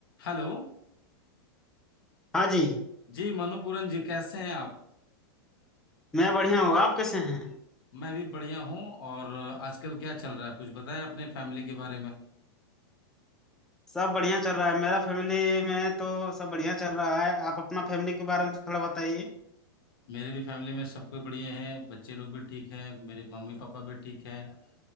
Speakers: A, on the left (about 65°); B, in the centre.
A: Hello
B: हाँ जी
A: जी मनुपूरन जी कैसे हैं आप
B: मैं बढ़िया हूँ आप कैसे हैं
A: मैं भी बढ़िया हूँ और आजकल क्या चल रहा है कुछ बताएं अपने फैमिली के बारे में
B: सब बढ़िया चल रहा है मेरा फैमिली में तो सब बढ़िया चल रहा है आप अपना फैमिली के बारे में थोड़ा बताइए
A: मेरे भी फैमिली में सब कोई बढ़िया है बच्चे लोग भी ठीक हैं मेरे मम्मी पापा भी ठीक हैं